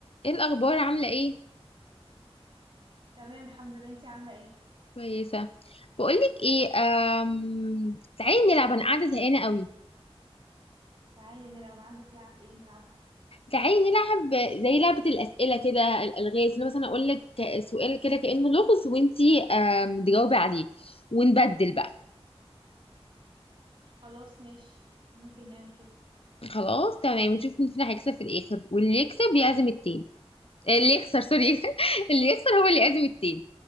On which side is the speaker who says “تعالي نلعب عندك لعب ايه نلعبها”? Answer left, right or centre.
Right